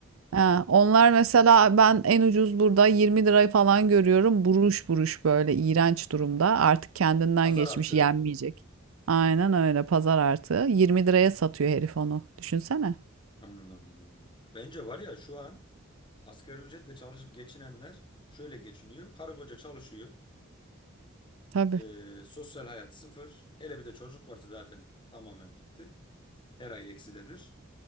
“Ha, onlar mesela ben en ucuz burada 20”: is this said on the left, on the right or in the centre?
Right